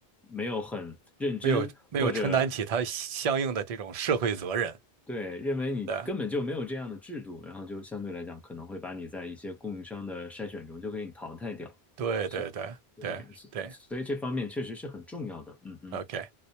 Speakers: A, in the centre; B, on the right.
A: 没有很认真，
B: 没有没有承担起他相应的这种社会责任。
A: 或者对，认为你根本就没有这样的制度，
B: 对
A: 然后就相对来讲可能会把你在一些供应商的筛选中就给你淘汰掉。
B: 对对对对对
A: 所以，对，所所以这方面确实是很重要的。嗯哼，
B: ，OK，